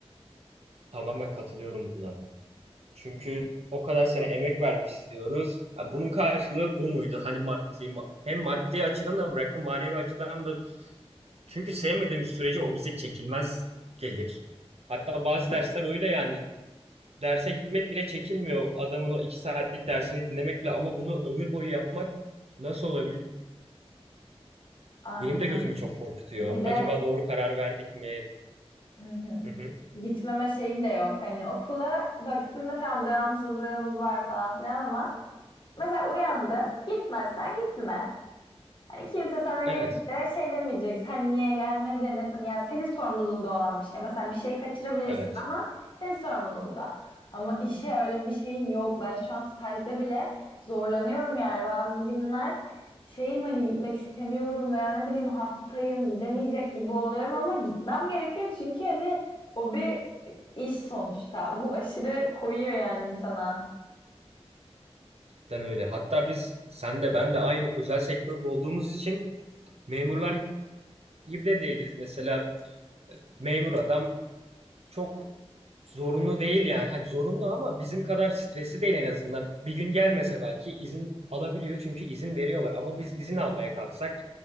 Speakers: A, on the right; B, on the left.
A: Tamamen katılıyorum buna. Çünkü o kadar sene emek vermişiz diyoruz. Ha, Bunun karşılığı bu muydu? Hani maddi ma- hem maddi açıdan da bıraktım, manevi açıdan da. Çünkü sevmediğimiz sürece o bize çekilmez gelir. Hatta bazı dersler öyle yani. derse gitmek bile çekinmiyor adamın o iki saatlik dersini dinlemek bile ama bunu ömür boyu yapmak nasıl olabilir?
B: Aynen.
A: Benim de gözümü çok korkutuyor.
B: Bir de
A: Acaba doğru karar verdik mi?
B: hı hı,
A: Hı hı.
B: gitmeme şeyin de yok. Hani okula baktığında tam devamsızlığımız var falan filan ama mesela uyandı gitmezsen gitme. Hani kimse sana gelip
A: Evet,
B: de şey demeyecek. Sen niye gelmedin etmedin. Yani senin sorumluluğunda olan bir şey. Mesela bir şey kaçırabilirsin
A: evet.
B: ama senin sorumluluğunda. Ama işe öyle bir şeyin yok. Ben şu an stajda bile zorlanıyorum yani bazı günler. Şeyim hani gitmek istemiyorum veya ne bileyim hastayım gidemeyecek gibi oluyorum ama gitmem gerekiyor. Çünkü hani o bir iş sonuçta. Bu aşırı koyuyor yani insana.
A: Ben öyle. Hatta biz sen de ben de aynı özel sektörde olduğumuz için memurlar gibi de değiliz. Mesela e, memur adam çok Zorunlu değil yani. Hadi zorunlu ama bizim kadar stresi değil en azından. Bir gün gelmese belki izin alabiliyor çünkü izin veriyorlar. Ama biz izin almaya kalksak